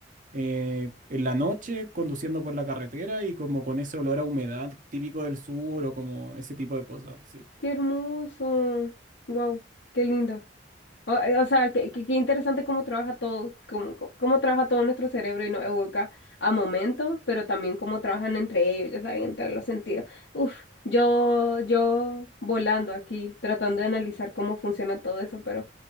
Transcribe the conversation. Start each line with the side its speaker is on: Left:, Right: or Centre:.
Right: eh, en la noche, conduciendo por la carretera y como con ese olor a humedad típico del sur o como ese tipo de cosas, sí.
Left: Qué hermoso. Wow, qué lindo. O, eh, o sea, qué, qué- qué interesante cómo trabaja todo, cómo, cómo- cómo trabaja todo nuestro cerebro y nos evoca a momentos, pero también cómo trabajan entre ellos, ya saben, entre los sentidos. Uf, yo, yo volando aquí, tratando de analizar cómo funciona todo eso, pero